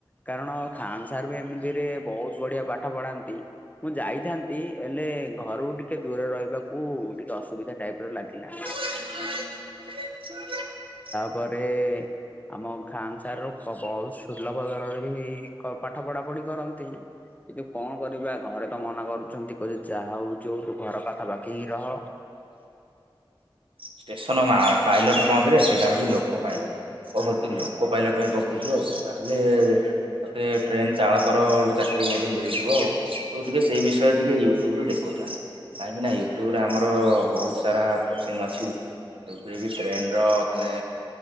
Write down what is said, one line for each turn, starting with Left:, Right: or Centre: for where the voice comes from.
Left: କାରଣ ଖାନ ସାର୍ ବି ଏମିତିରେ ବହୁତ ବଢିଆ ପାଠ ପଢାନ୍ତି। ମୁଁ ଯାଇଥାନ୍ତି ହେଲେ ଘରୁକୁ ଟିକେ ଦୂରରେ ରହିବାକୁ ଟିକେ ଅସୁବିଧା ଟାଇପର ଲାଗିଲା।
Right: <unintelligible>
Left: ଘରେ ଆମ ଖାନ ସାର ର ବହୁତ ସୁଲଭ ଦରରେ ବି ପାଠ ପଢା ପଢି କରନ୍ତି। କିନ୍ତୁ କଣ କରିବା ଘରେ ତ ମନା କରୁଛନ୍ତି କହୁଛେ ଯାହା ହଉଛି ହଉ ତୁ ଘର ପାଖା ପାଖି ହିଁ ରହ।
Right: ଷ୍ଟେସନ ପାଇଲଟ କଣ କିରେ ସେଇଟା ହଉଛି ଲୋକ ପାଇଲଟ ଓହ ତୁ ଲୋକ ପାଇଲଟ ପାଇଁ ପକେଇଛୁ ଆଉ ତାହେଲେ ତତେ ଟ୍ରେନ ଚାଳକର ଚାକିରୀ ମଧ୍ୟ ମିଳିଯିବ ଆଉ ଟିକେ ସେଇ ବିଷୟରେ ଟିକେ ୟୁଟ୍ୟୁବରୁ ଦେଖୁଥା କାହିଁକି ନା ଯୋଉ ଆମର ବହୁତ ସାରା କୋଶ୍ଚିନ ଅଛି ଯେଉଁଥିରେ କି ଟ୍ରେନର ମାନେ